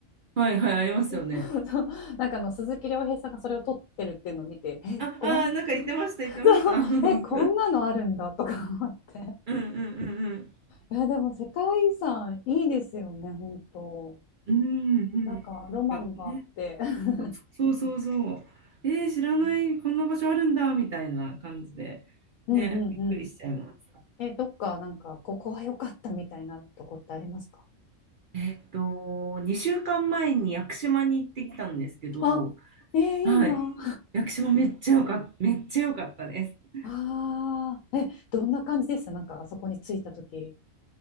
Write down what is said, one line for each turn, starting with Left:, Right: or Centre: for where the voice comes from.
Right: はいはい、ありますよね。
Left: の <laughs> そうなんかあの鈴木亮平さんがそれを取ってるっていうのを見て、え、
Right: あ、
Left: こん、
Right: あー、なんか言ってました、
Left: <laughs>
Right: 言ってました。
Left: そうえ、
Right: <laughs> うん
Left: こんなのあるんだとか思って。
Right: うんうんうん。
Left: いや、でも世界遺産いいですよね、本当。
Right: うんうんうん。
Left: なんかロマンがあって。
Right: なんかね、
Left: <laughs>
Right: そうそうそう。えー、知らない、こんな場所あるんだ、みたいな感じで、
Left: うんうんうん。
Right: ね、びっくりしちゃいます。
Left: え、どっかなんかここは良かったみたいなとこってありますか
Right: えっと、2週間前に屋久島に行ってきたんですけど、
Left: あ、えーいいな。
Right: はい。屋久島めっちゃよかった、めっちゃ良かったです。
Left: ああ、え、どんな感じでしたなんかあそこに着いた時